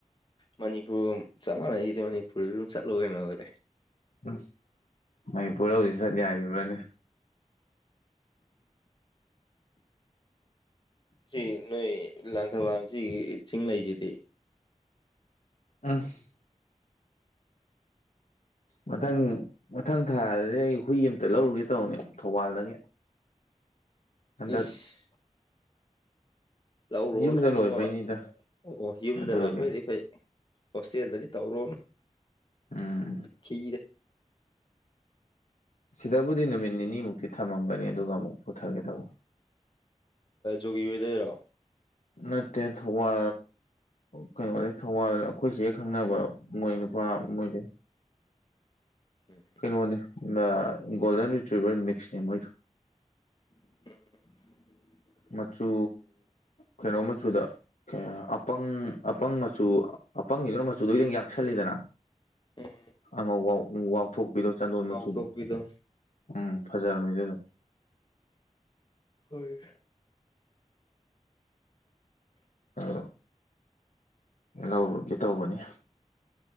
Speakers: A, on the left; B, on the left.
A: ꯃꯅꯤꯄꯨꯔꯒ ꯆꯞ ꯃꯥꯟꯅꯩꯗꯤ ꯃꯅꯤꯄꯨꯔꯗ ꯑꯗꯨꯝ ꯆꯠꯂꯨ ꯀꯩꯅꯣꯒꯗꯤ
B: ꯎꯝ ꯃꯅꯤꯄꯨꯔ ꯍꯧꯖꯤꯛ ꯆꯠ ꯌꯥꯔꯤꯕ꯭ꯔꯅꯦ꯫
A: ꯁꯤ ꯅꯣꯏ ꯂꯥꯡꯊꯕꯥꯝ ꯁꯤꯒꯤ ꯆꯤꯡ ꯂꯩꯁꯤꯗꯤ꯫
B: <unintelligible> ꯃꯊꯪ ꯃꯊꯪ ꯊꯥꯗꯗꯤ ꯑꯩ ꯍꯨꯏ ꯑꯃꯇ ꯂꯧꯔꯨꯒꯦ ꯇꯧꯕꯅꯦ ꯊꯧꯕꯥꯜꯗꯒꯤ꯫ ꯍꯟꯗꯛ
A: ꯏꯁ꯫ ꯂꯧꯔꯨꯔꯅꯨ
B: ꯌꯨꯝꯗ
A: ꯏꯕꯨꯡꯉꯣ
B: ꯂꯣꯏꯕꯩꯅꯤꯗ
A: ꯑꯣ ꯌꯨꯝꯗ
B: ꯀꯩꯅꯣ ꯇꯧꯔꯒꯦ
A: ꯂꯣꯏꯕ ꯑꯣꯏꯗꯤ ꯐꯩ꯫ ꯍꯣꯁꯇꯦꯜꯗꯗꯤ ꯇꯧꯔꯨꯔꯅꯨ
B: ꯎꯝ
A: ꯈꯤꯔꯦ꯫
B: ꯁꯤꯗꯕꯨꯗꯤ ꯅꯨꯃꯤꯠ ꯅꯤꯅꯤꯃꯨꯛꯇꯤ ꯊꯝꯃꯝꯒꯅꯤ ꯑꯗꯨꯒ ꯑꯃꯨꯛ ꯄꯨꯊꯒꯦ ꯇꯧꯕ
A: ꯒꯤ ꯑꯣꯏꯗꯔꯣ
B: ꯅꯠꯇꯦ ꯊ ꯋꯥ ꯀꯩꯅꯣꯗ ꯊꯧꯕꯥꯜ ꯑꯩꯈꯣꯏꯁꯦ ꯍꯦꯛ ꯈꯪꯅꯕ ꯃꯣꯏ ꯅꯨꯄꯥ ꯃꯣꯏꯁꯦ
A: ꯍ
B: ꯀꯩꯅꯣꯅꯦ ꯒꯣꯜꯗꯟ ꯔꯤꯇ꯭ꯨꯕꯔ ꯃꯤꯛꯁꯅꯦ ꯃꯣꯏꯗꯣ
A: ꯎꯝ
B: ꯃꯆꯨ ꯀꯩꯅꯣ ꯃꯆꯨꯗ ꯑꯄꯪ ꯑꯄꯪ ꯃꯆꯨ ꯑꯄꯪꯒꯤꯗꯨꯅ ꯃꯆꯨꯗꯣ ꯈꯤꯇꯪ ꯌꯥꯛꯁꯜꯂꯤꯗꯅ
A: ꯎꯝ
B: ꯑꯃ ꯋꯥꯥꯎꯊꯣꯛꯄꯤꯔꯣ ꯆꯥꯟꯗꯣꯟ
A: ꯉꯥꯎꯊꯣꯛꯄꯤꯗꯣ
B: ꯃꯆꯨꯗꯣ ꯎꯝ ꯐꯖꯔꯝꯅꯤ ꯑꯗꯨ ꯑꯗꯨꯝ
A: ꯍꯣꯏ
B: ꯑ ꯂꯧꯔꯒꯦ ꯇꯧꯕꯅꯤ